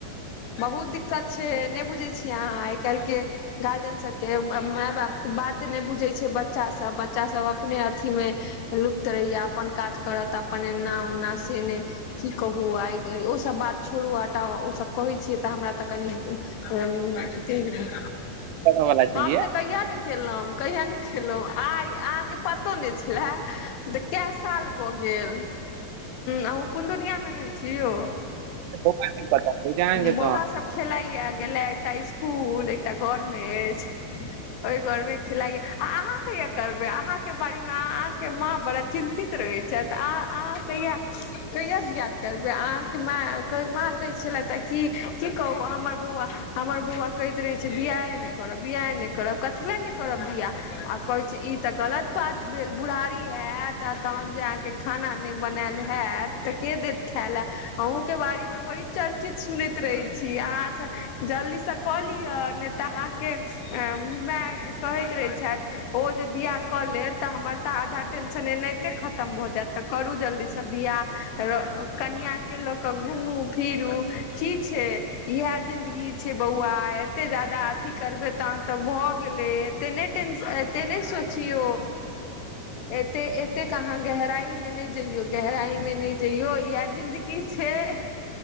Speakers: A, on the left; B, on the right.
A: बहुत दिक्कत छै नहि बुझैत छी आहाँ आइ काल् केँ गार्जियन सबकेँ माय बाप के बात ने बुझे छै बच्चा सब बच्चा सब अपने अथी मे लुप्त रहहिय अपन काज करत अपन एना ओना से ने की कहू आइ ओसब बात छोड़ू हटाउ ओसब कहैत छियै तऽ हमरा तऽ कनि
B: वाला छलियै
A: आम तऽ कहिया ने केलहु कहिया ने खेलहुं आई अहाँके पतो नहि छलय त केँ साल भ गेल गेल आंहु कोन दुनियामे रहैत छियौ
B: तऽ बौआ के पता एग्जाम के
A: बौआ
B: दौरान
A: सब खेलाईया गेलै एकटा स्कुल एकटा घरमे अछि ओहि खेलायै आ अहाँ कहिया करबै अहाँके बारेमे अहाँके माँ बड़ा चिन्तित रहैत छथि अहाँ अहाँ कहिया कहिया बिआह करबय अहाँके माँ कहैत छलै तऽ क की कहू हमर बौआ हमर बौआ कहैत रहय छै जे बियाह नहि करब बियाह नहि करब कथी लए नहि करब बिआह आ ई तऽ गलत बात भेल बुढ़ारी हायत आ तहन जे अहाँके खाना नहि बनायल हायत तऽ केँ देत खाय ल अ केँ बारे मे बड़ी चर्चित सुनैत रहे छी अहाँ से जल्दी से कऽ लियअ ने तऽ अहाँके माय कहैत रहैत छथि ओ जे बियाह कऽ लेत तऽ हमर तऽ आधा टेंशन खतम भ जायत तऽ करू जल्दी सब बिआह कनिया केँ घुमू फिरू की छै इह जिन्दगी छै बौआ एते जादा अथी तन त भ गेले सो एते नै टेंशन एते नैय सोचिओ एते एते कहाँ गहराई मे नहि जइयो गहराई मे नहि जइयो यहां जिंन्दगी छै